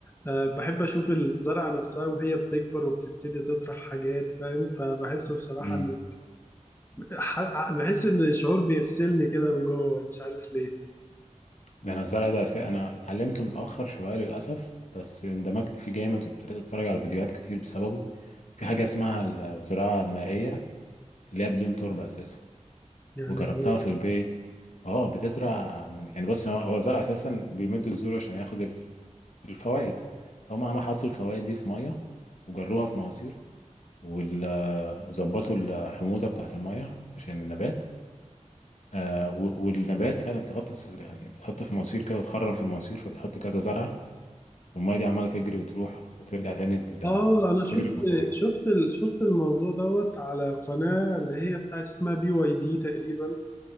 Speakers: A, on the left (about 15°); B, on the left (about 65°).
A: أه بحب اشوف الزرعه نفسها وهي بتكبر وبتبتدي تطرح حاجات فاهم فبحس بصراحه
B: امم
A: ان ح... بحس ان الشعور بيغسلني كده من جوه مش عارف ليه
B: ده انا الزرع ده أس- انا اتعلمته متاخر شويه للاسف بس اندمجت فيه جامد وابتديت اتفرج على فيديوهات كتير بسببه في حاجه اسمها الزراعه المائيه اللي هي بدون تربه اساسا
A: يعني
B: وجربتها
A: ازاي
B: في البيت اه بتزرع من يعني بص هو هو الزرع اساسا بيمد جذوره عشان ياخد ال- الفوائد فهم عم حطوا الفوائد دي في ميه وجروها في مواسير وال- وظبطوا الحموضه بتاعت الميه عشان النبات آه و- والنبات فعلا تغطس يعني بتحط في مواسير كده وتخرم في المواسير فبتحط كذا زرعة والمية دي عمالة تجري وتروح وترجع تاني ال-
A: اه
B: بتجري
A: انا شفت
B: بموتور
A: شفت ال- شفت الموضوع دوت على قناة اللي هي بتاعت اسمها بي واي دي تقريبا